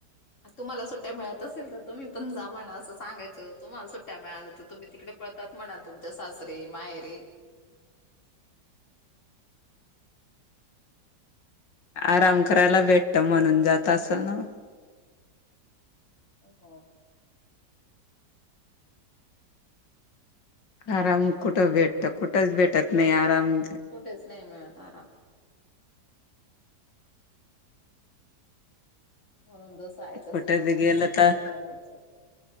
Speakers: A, on the left; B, on the left.
A: तुम्हाला सुट्ट्या मिळत असेल त तुम्ही पण जा म्हणा. असं सांगयचं. तुम्हाला सुट्ट्या मिळाल्यात तुम्ही तिकड पळतात म्हणा. तुमच्या सासरी माहेरी.
B: आराम करायला भेटत. म्हणून जात असल ना.
A: हो ह <unintelligible>
B: आराम कुठं भेटत. कुठंच भेटत नाही आराम.
A: कुठेच नाही मिळत आराम. म्हणून जस आहे तसं
B: कुठे
A: जगून
B: बी गेलं
A: घ्यायचं,
B: तर
A: मोकळ व्हायचं.